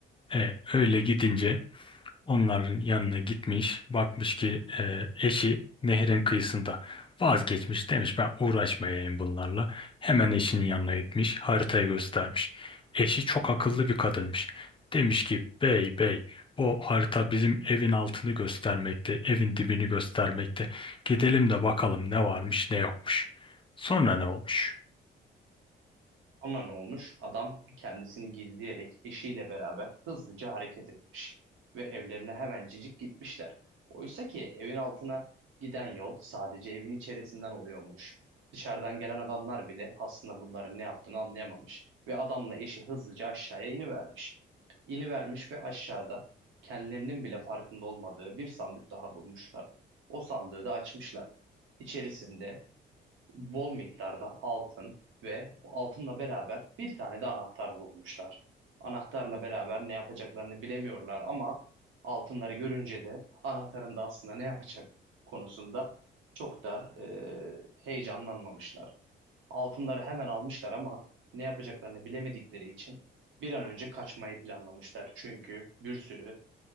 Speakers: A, on the left; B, on the right.
A: E, öyle gidince Onların yanına gitmiş, bakmış ki e, eşi nehrin kıyısında vazgeçmiş demiş ben uğraşmayayım bunlarla. Hemen eşinin yanına gitmiş, haritayı göstermiş. Eşi çok akıllı bir kadınmış. Demiş ki bey bey o harita bizim evin altını göstermekte, evin dibini göstermekte. Gidelim de bakalım ne varmış ne yokmuş. Sonra ne olmuş?
B: Ona ne olmuş? Adam kendisini gizleyerek eşiyle beraber hızlıca hareket etmiş ve evlerine hemencecik gitmişler. Oysa ki evin altına giden yol sadece evin içerisinden oluyormuş. Dışarıdan gelen adamlar bile aslında bunların ne yaptığını anlayamamış ve adamla eşi hızlıca aşağıya inivermiş. İnivermiş ve aşağıda kendilerinin bile farkında olmadığı bir sandık daha bulmuşlar. O sandığı da açmışlar. İçerisinde bol miktarda altın ve altınla beraber bir tane de anahtar bulmuşlar. Anahtarla beraber ne yapacaklarını bilemiyorlar ama altınları görünce de anahtarın da aslında ne yapacak konusunda çok da e, heyecanlanmamışlar. Altınları hemen almışlar ama ne yapacaklarını bilemedikleri için bir an önce kaçmayı planlamışlar. Çünkü bir sürü